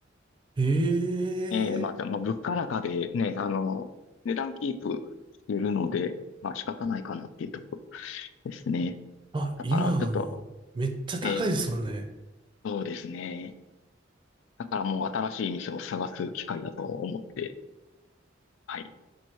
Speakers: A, on the right (about 25°); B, on the left (about 75°).
A: ええ
B: えー、まあ、じゃあもう物価高でね、あの、値段キープしてるので、まあ仕方ないかなっていうところですね。
A: あ、
B: だからちょっと、
A: 今、あの、めっちゃ高いですもんね。
B: えー、そうですね。だからもう新しい店を探す機会だと思って、はい。